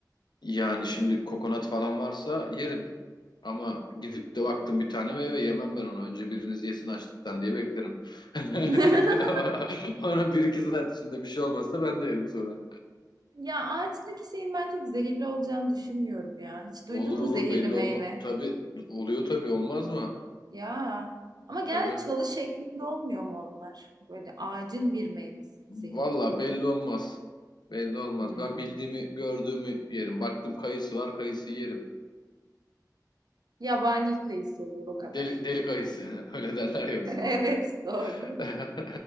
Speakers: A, on the left (about 80°); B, on the right (about 65°).
A: Yani şimdi kokonat falan varsa yerim. Ama gidip de baktım bir tane meyve yemem ben onu. Önce biriniz yesin açlıktan diye beklerim. <laughs>
B: <laughs>
A: Ona bir iki saat içinde bir şey olmazsa ben de yerim sonra.
B: Ya ağaçtaki şeyin ben çok zehirli olacağını düşünmüyorum ya. Hiç
A: Olur
B: duydun
A: olur
B: mu zehirli
A: belli
B: meyve?
A: olma. Tabii oluyor tabii olmaz mı?
B: Ya. Ama genelde
A: Tabii.
B: çalı şeklinde olmuyor mu onlar? Böyle ağacın bir meyvesinin zehirli
A: Valla
B: olması.
A: belli olmaz. Belli olmaz.
B: Hmm.
A: Ben bildiğimi, gördüğümü yerim. Baktım kayısı var, kayısı yerim.
B: Yabani kayısı olur o kadar.
A: Deli, deli kayısı. <laughs> Öyle derler ya
B: <laughs>
A: bizim
B: Evet
A: orada.
B: doğru.
A: <laughs>